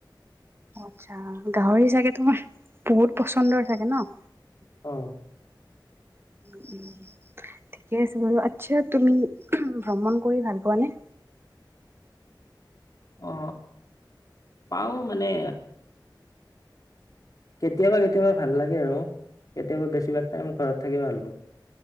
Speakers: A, on the right (about 30°); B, on the left (about 45°).
A: আচ্ছা গাহৰি চাগে তোমাৰ বহুত পচন্দৰ চাগে ন
B: অ
A: উম ঠিকে আছে বাৰু আচ্ছা তুমি ভ্ৰমণ কৰি ভাল পোৱা নে
B: অ পাও মানে কেতিয়াবা কেতিয়াবা ভাল লাগে আৰু কেতিয়াবা বেছিভাগ টাইম ঘৰত থাকি ভাল পাও